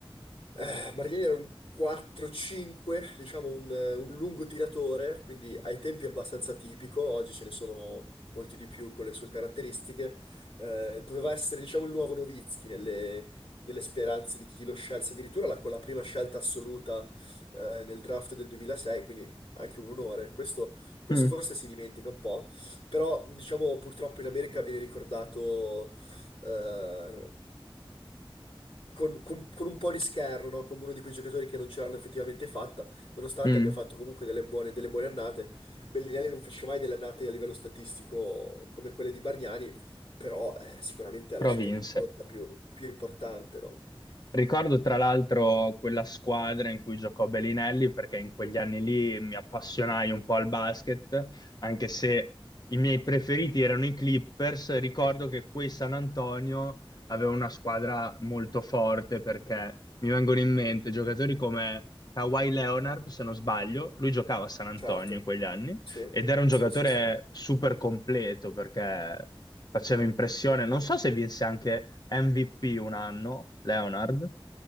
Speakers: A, on the left; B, on the left.
A: eh, Bargnani era un 4-5, diciamo un, eh, un lungo tiratore, quindi ai tempi abbastanza tipico, oggi ce ne sono molti di più con le sue caratteristiche. Eh, doveva essere, diciamo, il nuovo Nowitzki delle speranze di chi lo scelse, addirittura la- con la prima scelta assoluta eh, nel draft del 2006, quindi anche un onore. Questo, questo
B: Mm.
A: forse si dimentica un po', però diciamo purtroppo in America viene ricordato eh, con, con- con un po' di scherno, no? Come uno di quei giocatori che non ce l'hanno effettivamente fatta, nonostante
B: Mm.
A: abbia fatto comunque delle buone, delle buone annate. Bellinelli non fece mai delle annate a livello statistico come quelle di Bargnani, però eh, sicuramente ha
B: Però
A: lasciato
B: vinse.
A: un'impronta più, più importante, no?
B: Ricordo tra l'altro quella squadra in cui giocò Bellinelli perché in quegli anni lì mi appassionai un po' al basket, anche se i miei preferiti erano i Clippers. Ricordo che quei San Antonio aveva una squadra molto forte perché mi vengono in mente giocatori come Kawhi Leonard, se non sbaglio, lui giocava a San Antonio
A: Certo,
B: in quegli anni
A: sì,
B: ed era un
A: sì,
B: giocatore
A: sì, sì.
B: super completo perché faceva impressione. Non so se vinse anche MVP un anno, Leonard,